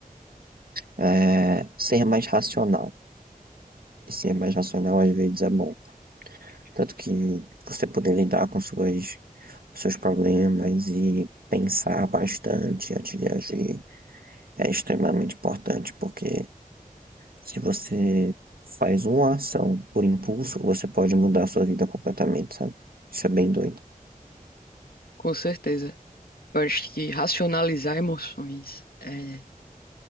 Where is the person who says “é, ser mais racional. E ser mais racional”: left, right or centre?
Right